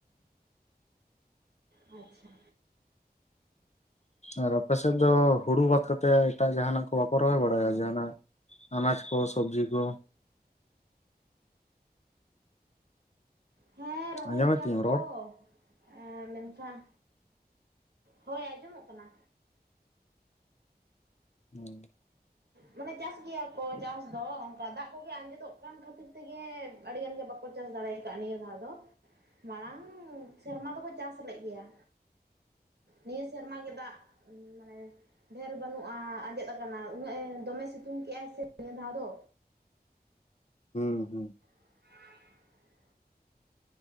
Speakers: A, on the right; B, on the left.
A: <inaudible> ᱟᱪᱪᱷᱟ᱾
B: ᱟᱨ ᱟᱯᱮ ᱥᱮᱫ ᱫᱚ ᱦᱩᱲᱩ ᱵᱟᱫ ᱠᱟᱛᱮ ᱮᱴᱟᱜ ᱡᱟᱦᱟᱸᱱᱟᱜ ᱠᱚ ᱵᱟᱠᱚ ᱨᱚᱦᱚᱭ ᱵᱟᱲᱟᱭᱟ ᱡᱟᱦᱟᱸᱱᱟᱜ? ᱟᱱᱟᱡᱽ ᱠᱚ ᱥᱚᱵᱽᱡᱤ ᱠᱚ,
A: ᱦᱮᱸ ᱨᱚᱦᱚᱭ
B: ᱟᱸᱡᱚᱢᱮᱫ
A: ᱜᱮᱭᱟ
B: ᱛᱤᱧᱟᱹᱢ
A: ᱠᱚ᱾
B: ᱨᱚᱲ?
A: ᱮᱻ ᱢᱮᱱᱠᱷᱟᱱ ᱦᱳᱭ ᱟᱸᱡᱚᱢᱚᱜ ᱠᱟᱱᱟ᱾
B: ᱦᱩᱸ᱾
A: ᱢᱟᱱᱮ ᱪᱟᱥ ᱜᱮᱭᱟ ᱠᱚ ᱪᱟᱥ, ᱫᱚ ᱚᱱᱠᱟ ᱫᱟᱜ ᱠᱚᱜᱮ ᱟᱸᱡᱮᱫᱚᱜ ᱠᱟᱱ ᱠᱷᱟᱹᱛᱤᱨ ᱛᱮᱜᱮ ᱟᱹᱰᱤ ᱜᱟᱱ ᱜᱮ ᱵᱟᱠᱚ ᱪᱟᱥ ᱫᱟᱲᱮ ᱟᱠᱟᱫ ᱱᱤᱭᱟᱹ ᱫᱷᱟᱹᱣ ᱫᱚ᱾ ᱢᱟᱲᱟᱝ ᱥᱮᱨᱢᱟ ᱫᱚᱠᱚ ᱪᱟᱥ ᱞᱮᱫ ᱜᱮᱭᱟ᱾ ᱱᱤᱭᱟᱹ ᱥᱮᱨᱢᱟ ᱜᱮ ᱫᱟᱜ, <inaudible> ᱢᱟᱱᱮ ᱰᱷᱮᱨ ᱵᱟᱹᱱᱩᱜᱼᱟ ᱟᱸᱡᱮᱫ ᱟᱠᱟᱱᱟ, ᱩᱱᱟᱹᱜ ᱫᱚᱢᱮ ᱥᱤᱛᱩᱝ ᱠᱮᱜᱼᱟᱭ ᱥᱮ ᱱᱤᱭᱟᱹ ᱫᱷᱟᱹᱣ ᱫᱚ,
B: ᱦᱩᱸ ᱦᱩᱸ᱾
A: <inaudible>